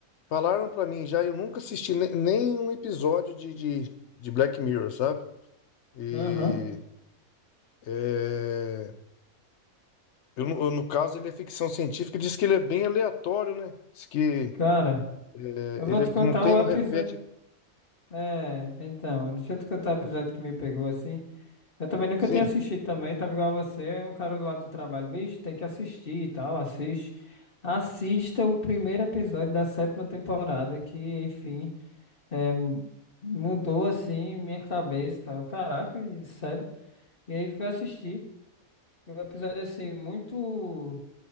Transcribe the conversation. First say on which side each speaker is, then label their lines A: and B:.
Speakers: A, on the left; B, on the left.
A: falaram pra mim já, eu nunca assisti ne- nem um episódio de, de, de Black Mirror, sabe? E.
B: Aham.
A: é, Eu, no eu, no caso, ele é ficção científica, diz que ele é bem aleatório, né? Diz que
B: Cara,
A: é,
B: eu vou
A: ele
B: te contar
A: não tem,
B: o
A: não
B: episódio.
A: repete.
B: É, então, deixa eu te contar o episódio que me pegou, assim. Eu também nunca
A: Sim.
B: tinha assistido também, tava igual a você, é um cara lá do trabalho, bicho, tem que assistir e tal, assiste. Assista o primeiro episódio da sétima temporada, que, enfim, é, m- mudou, assim, minha cabeça e tal. Caraca, e- sério. E aí fui assistir. Um episódio, assim, muito...